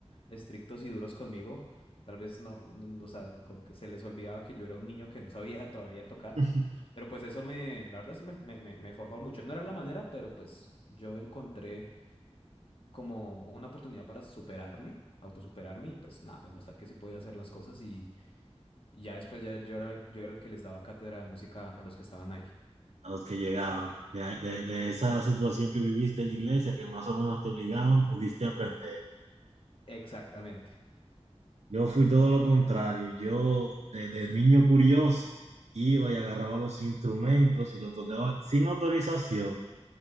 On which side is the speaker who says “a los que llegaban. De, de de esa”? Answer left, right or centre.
Right